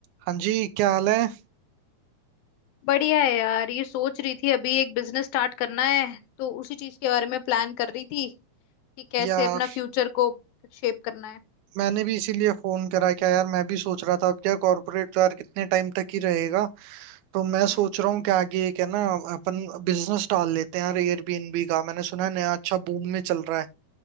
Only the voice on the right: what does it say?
हाँ जी क्या हाल है
यार
मैंने भी इसीलिए फोन करा क्या यार मैं भी सोच रहा था अब क्या कॉर्पोरेट तो यार कितने टाइम तक ही रहेगा तो मैं
सोच रहा हूँ कि आगे एक है ना अपन बिजनेस डाल लेते हैं यार एयरबीएनबी का मैंने सुना है नया अच्छा बूम में चल रहा है